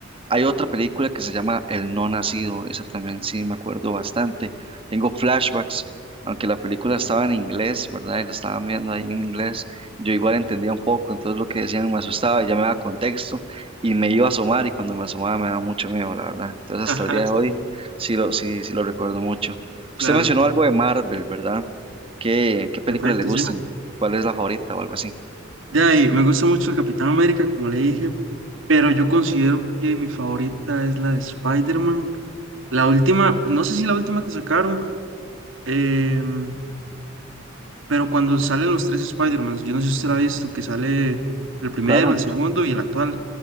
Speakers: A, on the right; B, on the right.
A: hay otra película que se llama El No Nacido, esa también sí me acuerdo bastante. Tengo flashbacks aunque la película estaba en inglés, ¿verdad? Y la estaban viendo ahí en inglés, yo igual entendía un poco, entonces lo que decían me asustaba, ya me daba contexto y me iba a asomar y cuando me asomaba me daba mucho miedo, la verdad. Entonces
B: ajá,
A: hasta el día de hoy sí lo, sí, sí lo recuerdo mucho.
B: claro,
A: Usted mencionó algo de Marvel, ¿verdad? ¿Qué, qué películas
B: perfecto,
A: le gustan?
B: sí.
A: ¿Cuál es la favorita o algo así?
B: Ya, y me gusta mucho el Capitán América, como le dije. Pero yo considero que mi favorita es la de Spider-Man. La última, no sé si la última que sacaron, em, pero cuando salen los tres Spider-Mans, yo no sé si usted la ha visto, que sale el primero,
A: Claro,
B: el segundo y el actual.